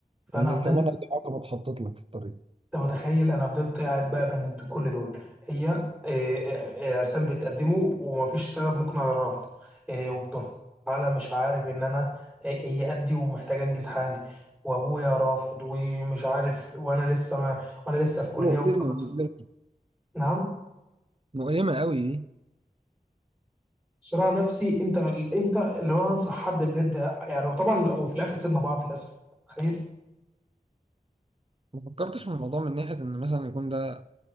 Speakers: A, in the centre; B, on the right (about 40°).
A: فانا
B: يعني
A: فضلت
B: كمان أدي عقبة اتحطت لك في الطريق
A: انت متخيل انا فضلت قاعد بقى بين كل دول هي آه، آه، آه، عرسان بتقدمه ومفيش سبب مقنع للرفض آه، وبترفض على مش عارف ان انا آه، هي قدي ومحتاج انجز حالي وابويا رافض ومش عارف وانا لسه ما وانا لسه في كليه
B: مؤلمة
A: ومخلص
B: مؤلمة
A: نعم
B: مؤلمة قوي دي
A: صراع نفسي انت انت لو انا انصح حد بجد يعني وطبعا وفي الاخر سيبنا بعض للاسف تخيل
B: ما فكرتش في الموضوع من ناحية إن مثلا يكون ده